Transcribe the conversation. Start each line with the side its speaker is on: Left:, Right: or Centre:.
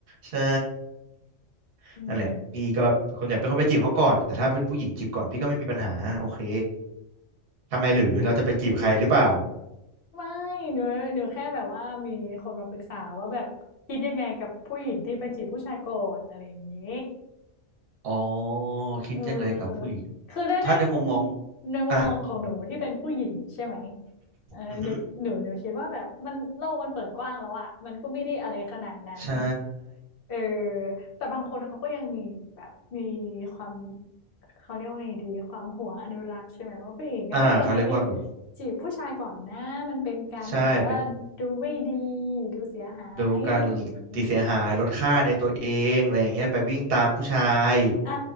Right: ใช่ <coughs>
Left: อืม
Right: นั่นแหละพี่ก็เป็นคนอยากเป็นคนไปจีบเขาก่อนแต่ถ้าเป็นผู้หญิงจีบก่อนพี่ก็ไม่มีปัญหาโอเคทำไมหรือเราจะไปจีบใครหรือเปล่า
Left: ไม่หนูหนูแค่แบบว่ามีคนมาปรึกษาว่าแบบคิดยังไงกับผู้หญิงที่ไปจีบผู้ชายก่อนอะไรอย่างนี้
Right: อ๋อคิดยังไงกับผู้หญิง
Left: เออคือถ้าในมุม
Right: ถ้าในมุมมอง
Left: ในมุมมองของหนูที่เป็นผู้หญิงใช่ไหม
Right: อ่ะมอง
Left: เออหนูหนูหนูคิดว่าแบบมันโลกมันเปิดกว้างแล้วอะมันก็ไม่ได้อะไรขนาดนั้น
Right: อือฮึ ใช่
Left: เออแต่บางคนเขาก็ยังมีแบบมีความเขาเรียกว่าไงดีความหัวอนุรักษ์ใช่ไหมว่าผู้หญิงก็ไม่ควรจะไป
Right: อ่า เขาเรียกว่าแบบ
Left: จีบผู้ชายก่อนนะมันเป็นการแบบว่าดูไม่ดี
Right: ใช่ เป็น
Left: ดูเสียหายอะไรอย่างนี้
Right: ดูการติดเสียหายลดค่าในตัวเองอะไรอย่างเงี้ยไปวิ่งตามผู้ชาย
Left: อ่า